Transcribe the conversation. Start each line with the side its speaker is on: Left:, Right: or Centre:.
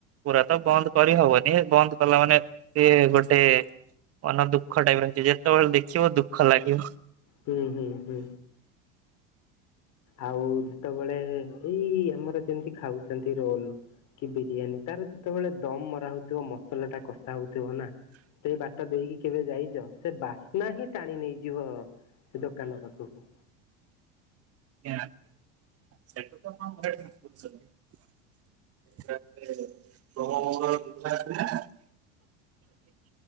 Right: ପୁରା ତ ବନ୍ଦ କରି ହବନି ବନ୍ଦ କଲା ମାନେ ସେ ଗୋଟେ ମନ ଦୁଃଖ ଟାଇପ ରହିଛି ଯେତେବେଳେ ଦେଖିବ ଦୁଃଖ ଲାଗିବ।
Left: ହୁଁ ହୁଁ ହୁଁ। ଆଉ ଯେତେବେଳେ ଏଇ ଆମର ଯେମିତି ଖାଉଛନ୍ତି ରୋଲ। କି ବିରିୟାନୀ ତାର ଯେତେବେଳେ ଦମ ମରା ହଉଥିବ ମସଲା ଟା କଷା ହଉଥିବ ନା। ସେଇ ବାଟ ଦେଇକି କେବେ ଯାଇଛ ସେ ବାସ୍ନା ହିଁ ଟାଣି ନେଇଯିବ ସେ ଦୋକାନ ପାଖକୁ।
Right: <unintelligible> ସେଟା ତ କଣ କହିବା ପାଇଁ ବୁଝୁନି। ତା ପରେ ସୋମ, ମଙ୍ଗଳ, ବୁଧବାର ଥିଲା। <inaudible>